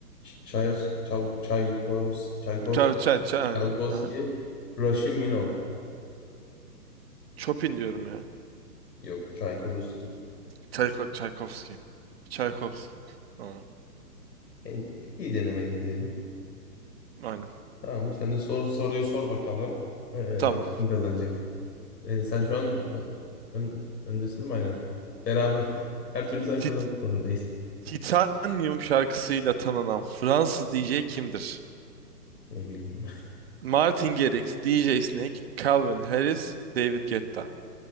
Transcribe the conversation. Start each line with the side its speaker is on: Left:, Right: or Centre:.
Left: Çayos, Çav, Çaykos, Çaykos,
Right: Çay, çay, çay aynen.
Left: Çaykovski,
Right: Aha.
Left: Raşiminov.
Right: Chopin diyorum ya.
Left: Yok, Çaykovski.
Right: Çayko, Çaykovski. Çaykovski. Tamam.
Left: Yani e, iyi denemeydi diyelim.
Right: Aynen.
Left: Tamam. Sen de sor, soruyu sor bakalım. Ee,
Right: Tamam.
Left: kim kazanacak? Ee, sen şu an e, ön- öndesin değil mi? Aynen. Beraber <laughs> her türlü sen
Right: Tit-
Left: kazandın sanırım. Neyse.
Right: Titanium şarkısıyla tanınan Fransız DJ kimdir?
Left: Ne bileyim.
Right: Martin Garrix, DJ Snake, Calvin Harris, David Guetta.